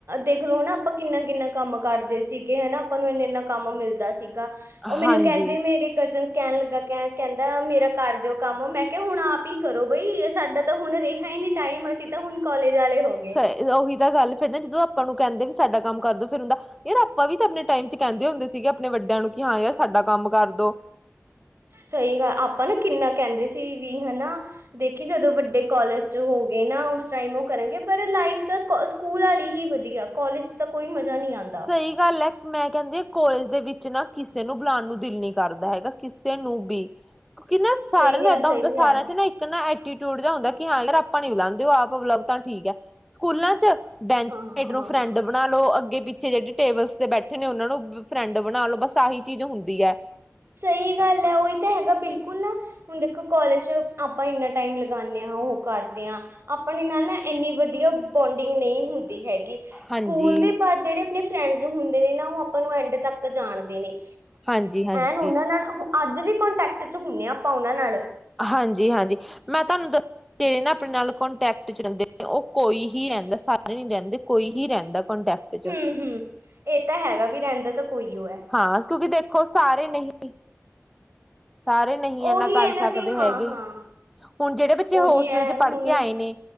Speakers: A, on the right; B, in the centre.
A: ਦੇਖਲੋ ਹਨਾ ਆਪਾਂ ਕਿੰਨਾ-ਕਿੰਨਾ ਕੰਮ ਕਰਦੇ ਸੀਗੇ ਹਨਾ, ਆਪਾਂ ਨੂੰ ਇੰਨਾ-ਇੰਨਾ ਕੰਮ ਮਿਲਦਾ ਸੀਗਾ। ਉਹ ਮੈਨੂੰ
B: ਹਾਂਜੀ
A: ਕਹਿੰਦੇ, ਮੇਰੇ ਕਜ਼ਨਸ ਕਹਿਣ ਲੱਗਾ ਕਹਿ ਕਹਿੰਦਾ ਮੇਰਾ ਕਰ ਦਿਓ ਕੰਮ, ਮੈਂ ਕਿਹਾ ਹੁਣ ਆਪ ਹੀ ਕਰੋ ਬਈ, ਸਾਡਾ ਤਾਂ ਹੁਣ ਰਿਹਾ ਹੀ ਨੀ। ਟਾਈਮ, ਅਸੀਂ ਤਾਂ ਹੁਣ ਕੋਲਜ ਆਲੇ ਹੋ ਗਏ।
B: ਸ ਉਹੀ ਤਾਂ ਗੱਲ ਫੇਰ ਨਾ, ਜਦੋਂ ਆਪਾਂ ਨੂੰ ਕਹਿੰਦੇ ਵੀ ਸਾਡਾ ਕੰਮ ਕਰ ਦੋ, ਫਿਰ ਉਹਦਾ ਯਾਰ ਆਪਾਂ ਵੀ ਤਾਂ ਆਪਣੇ ਟਾਈਮ ਚ ਕਹਿੰਦੇ ਹੁੰਦੇ ਸੀਗੇ ਆਪਣੇ ਵੱਡਿਆਂ ਨੂੰ, ਕਿ ਹਾਂ ਯਾਰ ਸਾਡਾ ਕੰਮ ਕਰਦੋ।
A: ਸਹੀ ਗੱਲ, ਆਪਾਂ ਨਾ ਕਿੰਨਾ ਕਹਿੰਦੇ ਸੀ ਵੀ ਹਨਾ। ਦੇਖੀ ਜਦੋਂ ਵੱਡੇ ਕੋਲਜ ਚ ਹੋ ਗਏ ਨਾ, ਉਸ ਟਾਈਮ ਉਹ ਕਰਨਗੇ, ਪਰ ਲਾਈਫ ਦਾ ਸਕੂਲ ਆਲੀ ਹੀ ਵਧੀਆ, ਕੋਲਜ ਚ ਤਾਂ ਕੋਈ ਮਜ਼ਾ ਨੀ ਆਂਦਾ।
B: ਸਹੀ ਗੱਲ ਐ, ਮੈਂ ਕਹਿੰਦੀ ਆ, ਕੋਲੇਜ ਦੇ ਵਿੱਚ ਨਾ ਕਿਸੇ ਨੂੰ ਬੁਲਾਣ ਨੂੰ ਦਿਲ ਨੀ ਕਰਦਾ ਹੈਗਾ ਕਿਸੇ ਨੂੰ ਵੀ, ਕਿਉਂਕਿ ਨਾ ਸਾਰਿਆਂ
A: ਸਹੀ
B: ਨੂੰ
A: ਹੈ
B: ਏਦਾਂ
A: ਸਹੀ
B: ਹੁੰਦਾ ਸਾਰਿਆਂ
A: ਹੈ
B: ਚ ਨਾ ਕਹਿੰਦਾ ਐਟੀਟਿਊਡ ਜਾ ਹੁੰਦਾ, ਕਿ ਹਾਂ ਯਾਰ ਆਪਾਂ ਨੀ ਬੁਲਾਂਦੇ, ਉਹ ਆਪ ਬਲਾਵੇ ਤਾਂ ਠੀਕ ਐ। ਸਕੂਲਾਂ ਚ ਬੈਂਚ
A: ਹਾਂ
B: ਸਾਈਡ
A: ਹਾਂ
B: ਨੂੰ ਫਰੈਂਡ ਬਣਾ ਲੋ, ਅੱਗੇ-ਪਿੱ ਪਿੱਛੇ ਜਿਹੜੇ ਟੇਬਲਸ ਤੇ ਬੈਠੇ ਨੇ, ਉਹਨਾਂ ਨੂੰ ਫਰੈਂਡ ਬਣਾ ਲੋ, ਬਸ ਆਹੀ ਚੀਜ਼ ਹੁੰਦੀ ਐ।
A: ਸਹੀ ਗੱਲ ਐ, ਉਹੀ ਤਾਂ ਹੈਗਾ ਬਿਲਕੁਲ ਨਾ। ਹੁਣ ਦੇਖੋ ਕੋਲਜ ਚ ਆਪਾਂ ਇੰਨਾ ਟਾਈਮ ਲਗਾਣੇ ਆਂ, ਉਹੋ ਕਰਦੇ ਆਂ। ਆਪਣੇ ਨਾਲ ਨਾ ਇੰਨੀ ਵਧੀਆ ਬੌਂਡਿੰਗ ਨਹੀਂ ਹੁੰਦੀ ਹੈਗੀ। ਕੀ
B: ਹਾਂਜੀ
A: ਸਕੂਲ ਦੇ ਪਰ ਜਿਹੜੇ ਆਪਣੇ ਫਰੈਂਡਸ ਹੁੰਦੇ ਨੇ ਨਾ, ਉਹ ਆਪਾਂ ਨੂੰ ਐਂਡ ਤੱਕ ਜਾਣਦੇ ਨੇ।
B: ਹਾਂਜੀ-ਹਾਂਜੀ।
A: ਤੇ ਉਹਨਾਂ ਨਾਲ ਅੱਜ ਵੀ ਕੋਂਟੈਕਟ ਚ ਹੁੰਨੇ ਆਂ, ਆਪਾਂ ਉਹਨਾਂ ਨਾਲ।
B: ਹਾਂਜੀ-ਹਾਂਜੀ, ਮੈਂ ਤੁਹਾਨੂੰ ਦ ਜਿਹੜੇ ਨਾ ਆਪਣੇ ਨਾਲ ਕੋਂਟੈਕਟ ਵਿਚ ਰਹਿੰਦੇ ਨੇ, ਉਹ ਕੋਈ ਹੀ ਰਹਿੰਦਾ ਸਾਰੇ ਨੀ ਰਹਿੰਦੇ, ਕੋਈ ਹੀ ਰਹਿੰਦਾ ਕੋਂਟੈਕਟ ਚ
A: ਹੂੰ-ਹੂੰ ਇਹ ਤਾਂ ਹੈਗਾ ਵੀ, ਰਹਿੰਦਾ ਤਾਂ ਕੋਈ ਓ ਐ।
B: ਹਾਂ‌‌, ਤੁਸੀਂ ਦੇਖੋ ਸਾਰੇ ਨਹੀਂ ਸਾਰੇ ਨਹੀਂ ਏਨਾ
A: ਉਹੀ
B: ਕਰ
A: ਹੈ
B: ਸਕਦੇ
A: ਨਾ ਵੀ ਹਾਂ
B: ਹੈਗੇ।
A: ਹਾਂ
B: ਹੁਣ ਜਿਹੜੇ ਬੱਚੇ
A: ਉਹੀ
B: ਹੋਸਟਲ
A: ਹੈ
B: ਚ
A: ਹੁਣ
B: ਪੜ੍ਹ ਕੇ ਆਏ ਨੇ